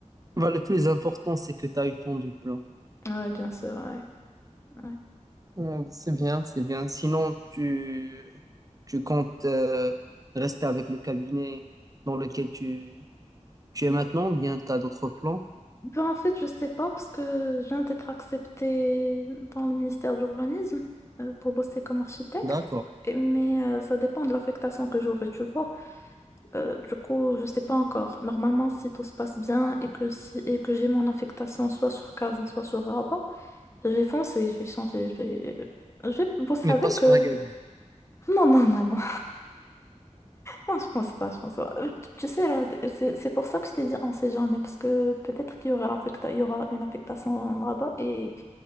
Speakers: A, on the right; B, on the left.
A: Bah, le plus important, c'est que tu as eu ton diplôme.
B: Ouais, bien sûr, ouais. ouais.
A: Mm, C'est bien, c'est bien. Sinon, tu, tu comptes euh, rester avec le cabinet dans lequel tu, tu es maintenant ou bien tu as d'autres plans?
B: Ben, en fait, je sais pas parce que je viens d'être acceptée dans le ministère de l'Urbanisme euh, pour bosser comme architecte.
A: D'accord,
B: Et- mais euh, ça dépend de l'affectation que j'aurai, tu vois. Euh, du coup, je sais pas encore. Normalement, si tout se passe bien et que si et que j'ai mon affectation soit sur Casa, soit sur Rabat, je vais foncer, je vais changer, je vais, je vais bosser
A: mais
B: avec
A: pas sur
B: eux.
A: Agadir.
B: Non, non, non, non. Non, je pense pas, je pense pas. Euh, Tu tu sais, là, c'est c'est pour ça que je t'ai dit on sait jamais, parce que peut-être qu'il y aura l'affecta- il y aura une affectation là-bas et, et